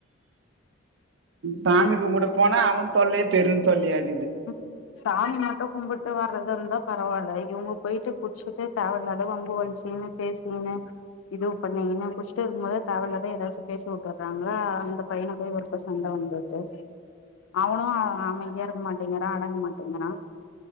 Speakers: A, on the right; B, on the left.
A: சாமி கும்பட போனா அவ தொல்லையே பெரு தொல்லையாஇருக்கு
B: உம் சாமி மட்டு கும்பிட்டு வர்றத இருந்த பரவால இவங்க போயிட்டு குடிச்சுடு தேவில்லாத வம்பு வள <unintelligible> பேசுனீங்க இது பண்ணீங்கனு குடிச்சிட்டு இருக்கும்போது தேவல்லத எதாச்சு பேசி விட்டுறாங்களா அந்த பையன போயி ஒருக்க சண்டை வந்தது அவனு அமைதியா இருக்க மாட்டே அடங்க மாட்டேங்கறா